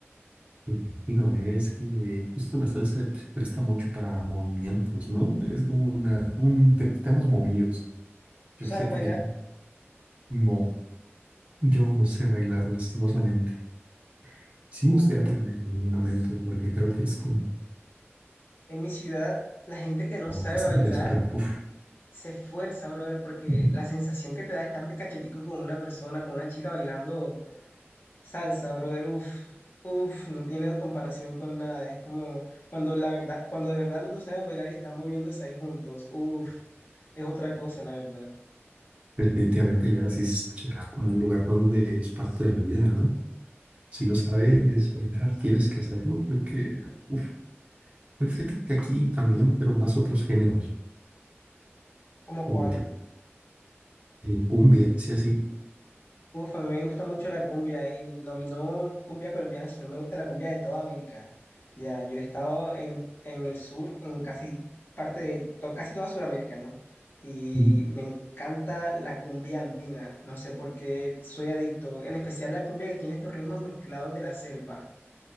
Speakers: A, on the right (about 30°); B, on the left (about 55°).
A: Me imagino, eh, es que justo la salsa se presta mucho para movimientos, ¿no? Es como una, un te- temas movidos.
B: ¿Tú
A: Yo
B: sabes
A: fíjate
B: bailar?
A: que no, yo no sé bailar lastimosamente. Sí me
B: Uf.
A: gustaría aprender en algún momento porque creo que es como
B: En mi ciudad, la gente que no sabe
A: bastante
B: bailar
A: interesante, pero uf,
B: se esfuerza, brother, porque
A: ujú,
B: la sensación que te da estar de cachetico con una persona, con una chica bailando, Salsa, brother, uff, uff, no tiene comparación con nada. Es como cuando la verdad, cuando de verdad los dos saben bailar y están moviéndose ahí juntos, uff, es otra cosa, la verdad.
A: definitivamente ya sí se escucha como un lugar donde es parte de la vida, ¿no? Si no sabes bailar, tienes que hacerlo porque, uf, pues fíjate que aquí también, pero más otros géneros,
B: ¿Cómo
A: como
B: cuál?
A: tipo, eh, cumbia, sí, así
B: Uff, a mí me gusta mucho la cumbia, y no, no cumbia colombiana, sino me gusta la cumbia de toda América. Ya, yo he estado en, en el sur, en casi parte de to- casi toda Sudamérica, ¿no? Y
A: Mm,
B: me encanta la cumbia andina, no sé por qué soy adicto, en especial la cumbia que tiene estos ritmos mezclados de la selva.